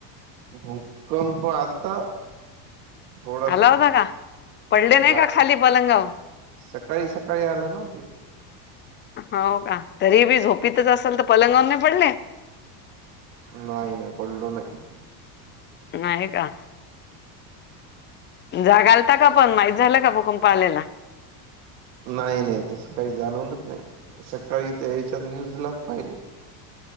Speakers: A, on the right; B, on the left.
A: हो. कम पा आलता. थोडासा
B: आला होता का, पडले नाही
A: जा
B: का खाली पलंगाव.
A: सकाळी सकाळी आला ना ते
B: हो का, तरी बी झोपीतच असाल तर, पलंगावर नाही पडले.
A: नाही नाही पल्लो नाही.
B: नाही का. ‌ जागालता का पण, माहीत झालं का भुकंप आलेला.
A: नाही नाही, तसं काही जाणवलंच नाही. सकाळी त्या हेच्यात न्यूजलाच पाहिल.